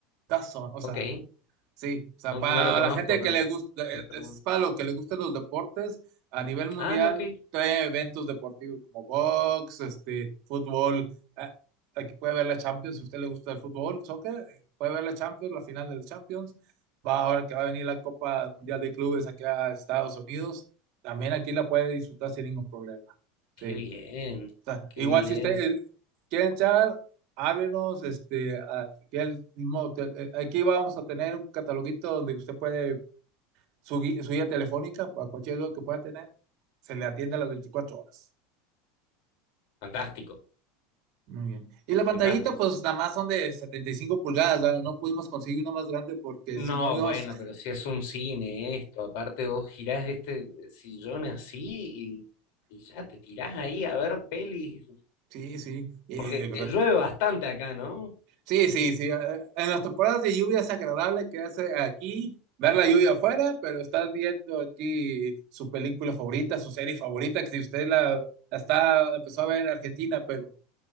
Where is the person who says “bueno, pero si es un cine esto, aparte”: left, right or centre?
Left